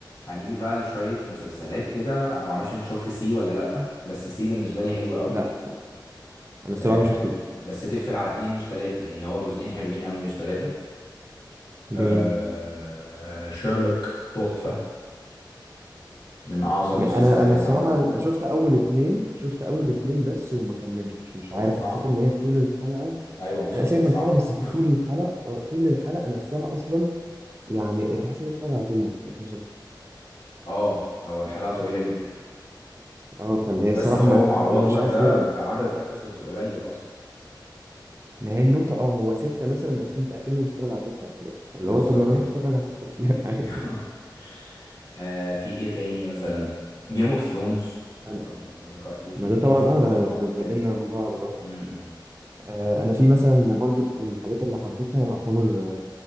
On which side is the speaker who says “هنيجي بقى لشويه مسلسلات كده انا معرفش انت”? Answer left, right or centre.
Left